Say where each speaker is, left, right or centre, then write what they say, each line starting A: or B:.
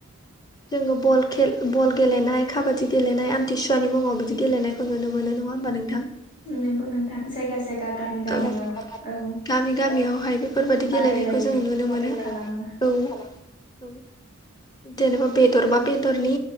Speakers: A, on the left; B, on the left.
A: जोङो बल गेलेनाय काबादि गेलेनाय आमथिसुवानि मुङाव बिदि गेलेनाय खौ नुनो मोन नङा होमबा नोंथां।?
B: नोंगौ नोंथां जायगा जायगा गामि गामियाव
A: औ
B: औ
A: गामि गामियावहाय बेफोरबायदि गेलेनायखौ
B: बादायलायनाय
A: जोङो नुनो मोनो
B: खालामो।
A: औ औ जेनेबा बेदरबा बेदरनि